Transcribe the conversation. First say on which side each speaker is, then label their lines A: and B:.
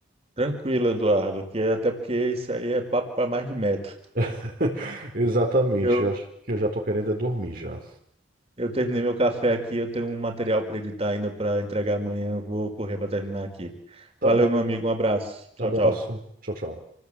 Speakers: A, on the right; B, on the right.
A: Tranquilo, Eduardo, que é- até porque isso aí é papo para mais de metro.
B: <laughs> Exatamente.
A: Eu,
B: Eu acho que eu já tô querendo é dormir já.
A: eu terminei meu café aqui, eu tenho um material para editar ainda para entregar amanhã. Eu vou correr para terminar aqui.
B: Tá
A: Valeu,
B: bom.
A: meu amigo. Um abraço. Tchau,
B: Abraço.
A: tchau.
B: Tchau, tchau.